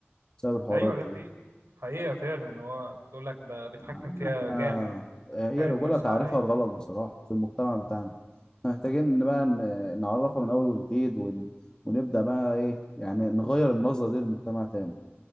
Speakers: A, on the left; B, on the right.
A: بسبب الحوارات
B: ايوه ده
A: دي
B: حقيقة حقيقة فعلا هو بتقول لك ده بيتحكم
A: يا عم
B: فيها
A: احنا
B: جامد
A: هي
B: فارد
A: الرجوله
B: نفسه
A: تعريفها
B: عليا
A: غلط بصراحه في المجتمع بتاعنا احنا محتاجين ان بقى ن- نعرفها من اول وجديد ون... ونبدا بقى ايه يعني نغير النظره دي للمجتمع تاني